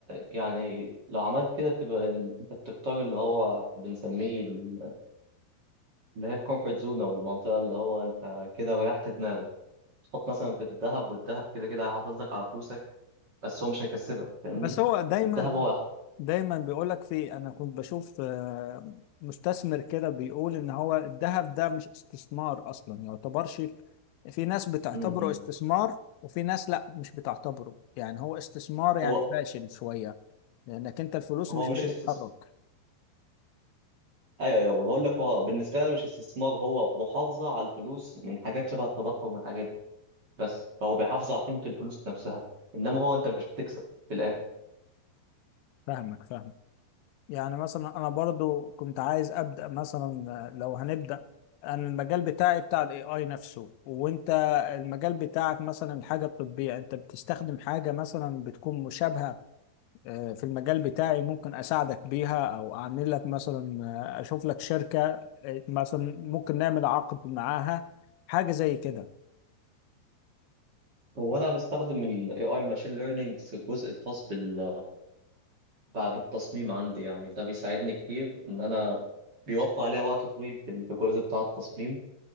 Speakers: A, on the right; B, on the left.
A: يعني لو عملت كده بتبقى ال- انت بتختار اللي هو بنسميه ال- اللي هي الكومفورت زون او المنطقه اللي هو انت كده ريحت دماغك تحط مثلا في الذهب والذهب كده كده هيحافظ لك على فلوسك بس هو مش هيكسبك فاهمني
B: بس هو دايما
A: الذهب هو
B: دايما بيقولك في أنا كنت بشوف آه، مستثمر كده بيقول إن هو الذهب ده مش استثمار أصلا يعتبرش في ناس بتعتبره
A: م -م.
B: استثمار وفي ناس لا مش بتعتبره يعني هو استثمار يعني
A: هو
B: فاشل شوية لأنك أنت الفلوس
A: هو
B: مش
A: مش
B: بتتحرك
A: استثمار ايوه ايوه بقول لك هو بالنسبه لي مش استثمار هو محافظه على الفلوس من حاجات شبه التضخم والحاجات دي بس فهو بيحافظ على قيمه الفلوس نفسها انما هو انت مش بتكسب في الاخر
B: فاهمك فاهمك يعني مثلا انا برضو كنت عايز ابدا مثلا آه، لو هنبدا انا المجال بتاعي بتاع الاي اي نفسه وانت المجال بتاعك مثلا حاجه طبيه انت بتستخدم حاجه مثلا بتكون مشابهه آه، في المجال بتاعي ممكن اساعدك بيها او اعمل لك مثلا آه، اشوف لك شركه آه، مثلا ممكن نعمل عقد معاها حاجه زي كده
A: هو انا بستخدم ال AI Machine Learning في الجزء الخاص بال بعد التصميم عندي يعني ده بيساعدني كتير ان انا بيوفر عليا وقت طويل في في الجزء بتاع التصميم